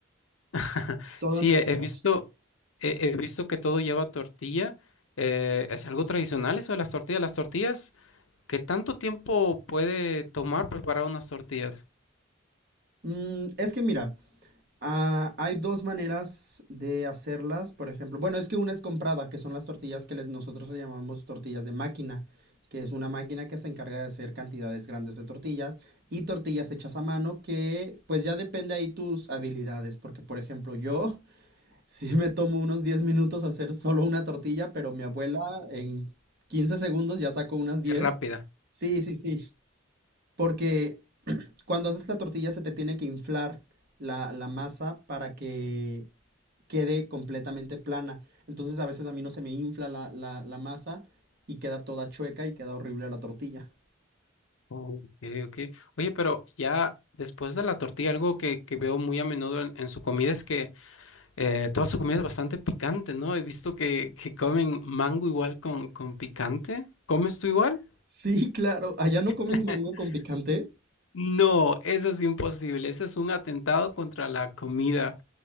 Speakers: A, on the left; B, on the right.
A: <laughs>
B: Todas
A: Sí,
B: nuestras.
A: he, he visto, he, he visto que todo lleva tortilla. Eh, ¿es algo tradicional eso de las tortillas? ¿Las tortillas? ¿Qué tanto tiempo puede tomar preparar unas tortillas?
B: Mm, es que mira, Ah, hay dos maneras de hacerlas, por ejemplo. Bueno, es que una es comprada, que son las tortillas que les- nosotros le llamamos tortillas de máquina, que es una máquina que se encarga de hacer cantidades grandes de tortillas y tortillas hechas a mano, que pues ya depende ahí tus habilidades, porque por ejemplo yo <laughs> sí me tomo unos 10 minutos hacer solo una tortilla, pero mi abuela en 15 segundos ya sacó unas 10.
A: Es rápida.
B: Sí, sí, sí, porque cuando haces la tortilla se te tiene que inflar la, la masa para que quede completamente plana. Entonces a veces a mí no se me infla la, la, la masa y queda toda chueca y queda horrible la tortilla.
A: Oh, Ok, ok. Oye, pero ya después de la tortilla, algo que, que veo muy a menudo en, en su comida es que eh, toda su comida es bastante picante, ¿no? He visto que, que comen mango igual con, con picante. ¿Comes tú igual?
B: Sí, <laughs> claro, allá no comen
A: <laughs>
B: mango con picante.
A: No, eso es imposible. Ese es un atentado contra la comida.